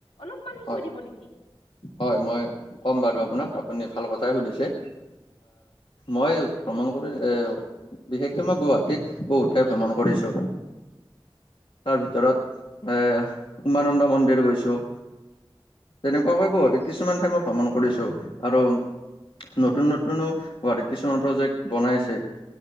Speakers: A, on the left (about 90°); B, on the left (about 60°).
A: অলপমান
B: হয়,
A: কৈ দিব নেকি।
B: হয় মই ক'ম বাৰু আপোনাক, আপুনি ভাল কথাই সুধিছে, মই ভ্ৰমণ কৰি এ, বিশেষকে মই গুৱাহাটীত বহুত ঠাই ভ্ৰমণ কৰিছোঁ। তাৰ ভিতৰত এ, উমানন্দ মন্দিৰ গৈছোঁ। তেনেকুৱাকৈ গুৱাহাটীত কিছুমান ঠাই মই ভ্ৰমণ ফুৰিছোঁ আৰু নতুন নতুনো গুৱাহাটীত কিছুমান প্ৰজেক্ট বনাই আছে।